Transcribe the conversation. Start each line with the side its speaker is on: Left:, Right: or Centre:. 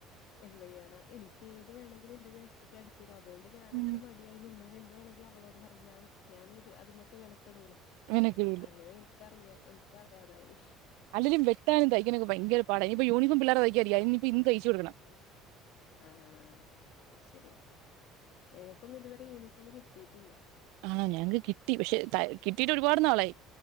Left: എന്ത് ചെയ്യാന. എനിക്കേത് വേണെങ്കിലും എന്റെ ജേഷ്ഠത്തി അടിച്ചരും അതുകൊണ്ട് ഞാനങ്ങനെ
Right: ഉം
Left: മടി. നിന്നും എന്ത് വേണെങ്കിൽ അവളോട് പറയും ഞാനത് മെനക്കെടൂല.
Right: അങ്ങനൊക്കെ ഇടൂലേ
Left: അങ്ങനെ എനിക്കറിയാ എനിക്കറിയാതായി
Right: അല്ലങ്കിലു വെട്ടാനും തയ്ക്കാനൊക്കെ ഭയങ്ക പാട ഇനിപ്പോ യൂണഫോം പിള്ളേ തയ്ക്കാനിരിക്കാ. ഇന്ന് തയ്ച്ചു കൊടുക്കണം
Left: ഉം ആഹ് ശരി. എനക്കൊന്നും ഇതുവരെ യൂണിഫോം കിട്ടിയിട്ടില്ല.
Right: ആണോ ഞങ്ങക്ക് കിട്ടി പക്ഷെ കിട്ടയിട്ട് ഒരുപാട് നാളായി.